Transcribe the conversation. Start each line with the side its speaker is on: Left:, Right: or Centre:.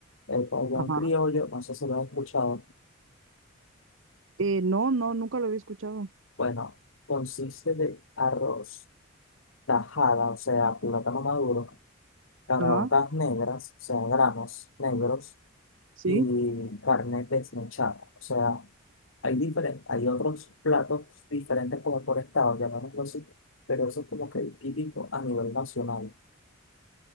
Left: El pabellón
Right: Ajá.
Left: criollo, no sé si lo has escuchado,
Right: Eh, no, no, nunca lo había escuchado.
Left: bueno, consiste de arroz, tajada, o sea, plátano maduro, caraotas
Right: Ajá.
Left: negras, o sea, granos negros,
Right: Sí,
Left: y carne desmechada, o sea, Hay diferentes, hay otros platos diferentes como por estado, llamémoslo así, pero eso es como que el típico a nivel nacional.